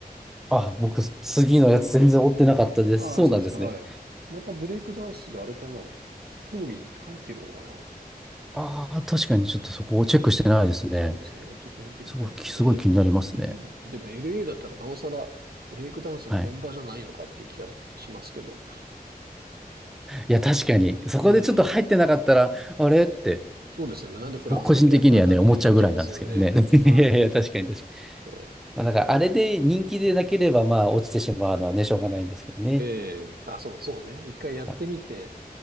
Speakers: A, in the centre; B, on the right.
A: あ、あ、僕、次のやつ全然追ってなかったです。
B: ああ、
A: そうなんですね。
B: そうですか。はい。またブレイクダンスがあれかな。競技に入ってるのかな。
A: ああ、確かにちょっとそこをチェックしてないですね。
B: そうですね。ちょっと見てみたいですね。
A: すごい、すごい気になりますね。
B: うん。でも LA だったらなおさらブレイクダンスの本場じゃないのかっていう気がしますけど。
A: はい。いや、確かに、そこでちょっと入ってなかったら、
B: うん。
A: あれって、
B: そうですよね。なんでフランスだけやったんだみたいになっちゃいますよね。
A: 僕個人的にはね、思っちゃうぐらいなんですけどね。<laughs> いやいや、
B: はい。
A: 確かに確かに。
B: え
A: まあ、だからあれで人気でなければ、まあ、落ちてしまうのはね、しょうがないんですけどね。
B: ええあ、そうそうね。一回やってみて、
A: あ